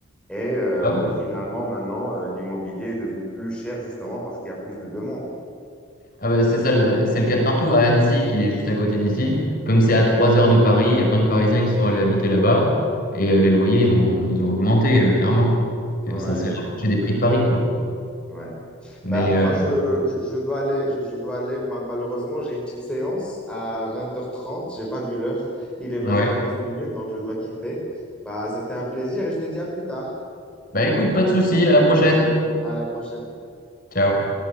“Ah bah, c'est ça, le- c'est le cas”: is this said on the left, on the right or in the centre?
Left